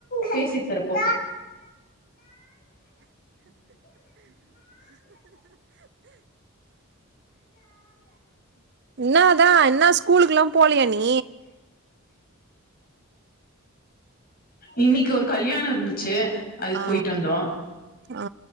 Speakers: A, on the left; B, on the right.
A: பேசி ட் தர்ற போ
B: இல்ல தா இன்னா ஸ்கூலுக்லா போலியா நீ
A: இன்னிக்கு ஒரு கல்யாணோ இருந்துச்சு அதுக்
B: ஆ
A: போயிட்டு வந்தோ
B: ஆ